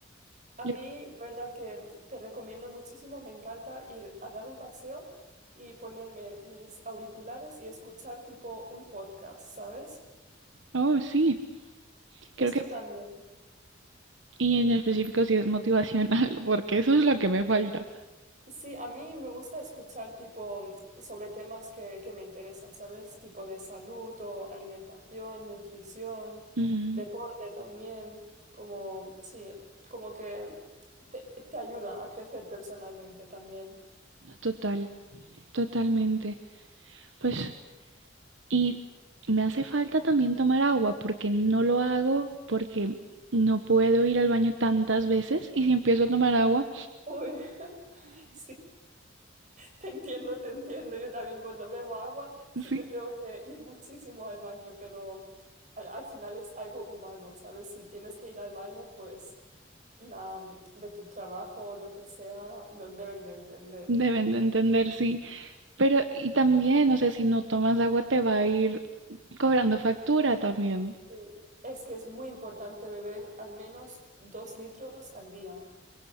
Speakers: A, on the right; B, on the right.
A: a
B: Yo-
A: mí la verdad que te recomiendo muchísimo, me encanta ir a dar un paseo y ponerme mis auriculares y escuchar tipo un podcast, ¿sabes?
B: Oh, sí,
A: Esto
B: creo que...
A: también.
B: Y en específico si es motivacional, <laughs> porque eso es lo que me falta.
A: Sí, a mí me gusta escuchar tipo sobre temas que, que me interesan, ¿sabes? Tipo de salud o alimentación, nutrición,
B: Ujú,
A: deporte también, como, sí, como que te, te ayuda a crecer personalmente también.
B: Total, totalmente. Pues, y me hace falta también tomar agua porque no lo hago, porque no puedo ir al baño tantas veces y si empiezo a tomar agua,
A: Uy, <laughs> sí, te entiendo, te entiendo. Yo también cuando bebo agua siempre
B: sí,
A: tengo que ir muchísimo al baño, pero al, al final es algo humano, ¿sabes? Si tienes que ir al baño, pues la, mm, de tu trabajo o lo que sea, lo deben de entender.
B: deben de entender, sí. Pero, y también, o sea, si no tomas agua te va a ir cobrando factura también.
A: Sí. Es que es muy importante beber al menos dos litros al día,